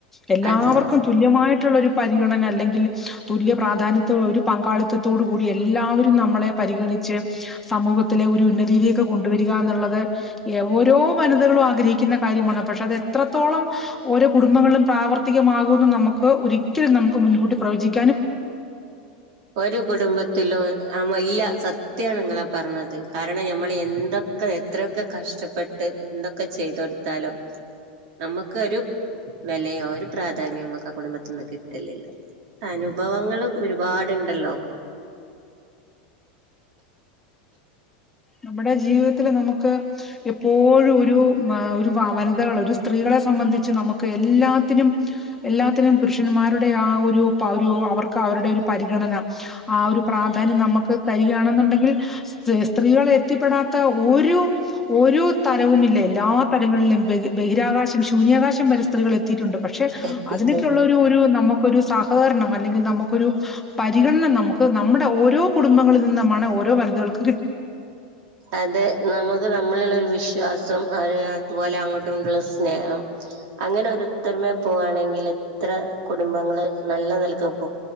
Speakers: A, in the centre; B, on the right.
A: എല്ലാവർക്കും
B: അതെ അതെ
A: തുല്യമായിട്ടുള്ള ഒരു പരിഗണന അല്ലെങ്കിൽ തുല്യ പ്രാധാന്യ ഒരു പങ്കാളിത്തത്തോടു കൂടി എല്ലാവരും നമ്മളെ പരിഗണിച്ച് <unintelligible> സമൂഹത്തിലെ ഒരു ഉന്നതി കൊണ്ടുവരിക എന്നുള്ളത് ഓരോ വനിതകളും ആഗ്രഹിക്കുന്ന കാര്യമാണ് പക്ഷെ അത് എത്രത്തോളം ഓരോ കുടുംബങ്ങളിലും പ്രാവർത്തികമാകും നമുക്ക് ഒരിക്കലും നമുക്ക് മുൻകൂട്ടി പ്രവചിക്ക
B: ഒരു കുടുംബത്തിലും ആ ഇല്ല സത്യാണ് നിങ്ങളാ പറഞ്ഞത് കാരണം നഞമ്മൾ എന്തൊക്കെ എത്രയൊക്കെ കഷ്ടപ്പെട്ട് എന്തൊക്കെ ചെയ്ത് കൊടുത്താലോ നമ്മുക്കൊരു വിലയോ ഒരു പ്രാധാന്യോ നമുക്ക് ആ കുടുംബത്തിൽ നിന്ന് കിട്ടലില്ല അനുഭവങ്ങൾ ഒരുപാടുണ്ടല്ലോ
A: നമ്മുടെ ജീവിതത്തില്ൽ നമുക്ക് എപ്പോഴും ഒരു ഒരു വ വനിതകൾ ഒരു സ്ത്രീകളെ സംബന്ധിച്ച് നമുക്ക് എല്ലാത്തിനും എല്ലാത്തിനും പുരുഷന്മാരുടെ ആ ഒരു ഒരു അവർക്ക് അവരുടെ ഒരു പരിഗണന ആ ഒരു പ്രാധാന്യം നമുക്ക് തരികയാണെന്ന് യുണ്ടെങ്കിൽ സ്ത്രീകളെ എത്തിപ്പെടാത്ത ഒരു ഒരു തലവവുംമില്ല എല്ലാ തലങ്ങളിലും ബഹിരാകാശം ശൂന്യാകാശം പരിക സ്ത്രീകൾ ഏത് എത്തിയിട്ടുണ്ട് പക്ഷെ
B: എത്തിട്ടുണ്ട്
A: അതിനൊക്കെയുള്ളള്ള ഒരു നമുക്ക് ഒരു സഹകരണം അല്ലെങ്കിൽ നമുക്കൊരു പരിഗണന നമുക്ക് നമ്മുടെ ഓരോ കുടുംബങ്ങളിൽ നിന്ന് ആ ഓരോ വനിതകളും
B: അതെ നമക്ക് നമ്മ ഒരു വിശ്വാസം അതുപോലെ അങ്ങോട്ടുംുള്ള സ്നേഹം അങ്ങനെ ോത്തരുമ പോകുകയാണെങ്കിൽ എത്ര കുടുംബങ്ങള് നല്ല നിലക്ക പോവും